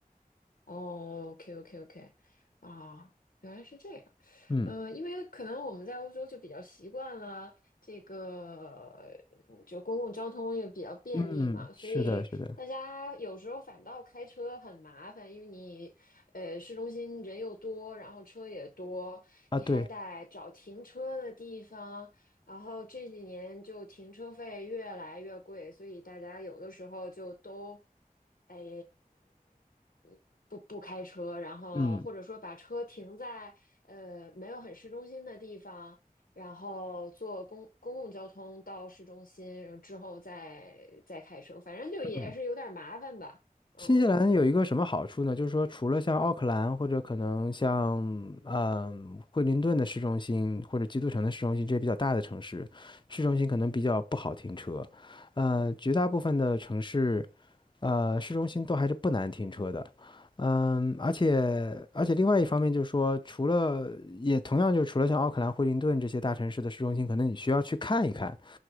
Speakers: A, on the left (about 80°); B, on the left (about 30°).
A: 哦，OK OK OK，啊，原来是这样，
B: <laughs> 嗯
A: 呃，因为可能我们在欧洲就比较习惯了这个，嗯就公共交通也比较便利嘛，
B: 嗯，
A: 所以大家有时候反倒开车很麻烦，
B: 是的，是的，
A: 因为你，呃，市中心人又多，然后车也多，
B: 啊，
A: 你还得找停车的地方，
B: 对。
A: 然后这几年就停车费越来越贵，所以大家有的时候就都，哎，嗯不不开车，然后或者说把车停在呃没有很市中心的地方，
B: 嗯。
A: 然后坐公公共交通到市中心之后再再开车，反正就也是有点麻烦吧，
B: 嗯，
A: 嗯。
B: 新西兰有一个什么好处呢？就是说，除了像奥克兰或者可能像嗯惠灵顿的市中心或者基督城的市中心这些比较大的城市，市中心可能比较不好停车。呃，绝大部分的城市，呃，市中心都还是不难停车的。嗯，而且而且另外一方面就是说，除了也同样就是除了像奥克兰、惠灵顿这些大城市的市中心，可能你需要去看一看。